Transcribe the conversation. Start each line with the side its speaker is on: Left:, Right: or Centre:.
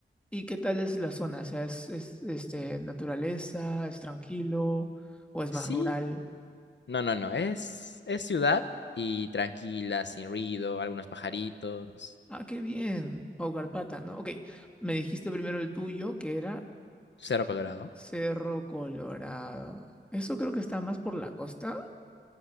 Centre: ¿Y qué tal es la zona? O sea, ¿es, es, este, naturaleza? ¿Es tranquilo? ¿O es
Left: Sí,
Centre: más rural?
Left: no, no, no. Es, es ciudad y tranquila, sin ruido, algunos pajaritos,
Centre: Ah, qué bien, Pau Carpata, ¿no? Ok, me dijiste primero el tuyo, que era
Left: cero colorado.
Centre: Cerro Colorado. Eso creo que está más por la costa.